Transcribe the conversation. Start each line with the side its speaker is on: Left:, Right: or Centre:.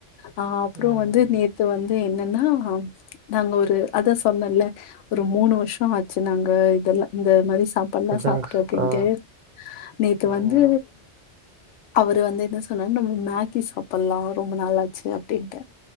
Left: அஹ் அப்புறோ
Right: ம்.
Left: வந்து நேத்து வந்து என்னன்னா நாங்க ஒரு அதா சொன்னல ஒரு மூணு வருஷோ ஆச்சு நாங்க இதெல்லா இந்த மாரி சாப்பாட்ல்லா
Right: ஜங்க்ஸ்.
Left: சாப் <unintelligible>
Right: ஆ,
Left: நேத்து
Right: ஆமா.
Left: வந்து அவரு வந்து என்ன சொன்னார் நம்ம மேக்கி சாப்பட்லா ரொம்ப நாளாச்சு அப்படின்ட்டு